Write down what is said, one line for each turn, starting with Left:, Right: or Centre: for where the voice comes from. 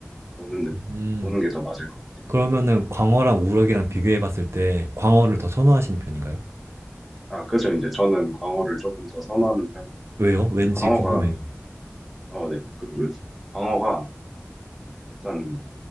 Centre: 보는 느-
Right: 음,
Centre: 보는 게 더 맞을 것 같아요.
Right: 그러면은 광어랑 우럭이랑 비교해 봤을 때 광어를 더 선호하시는
Centre: 네.
Right: 편인가요?
Centre: 아, 그죠. 이제 저는 광어를 조금 더 선호하는 편이에요.
Right: 왜요? 왠지
Centre: 이제 광어가
Right: 궁금해요.
Centre: 어, 네. 그 광어가 일단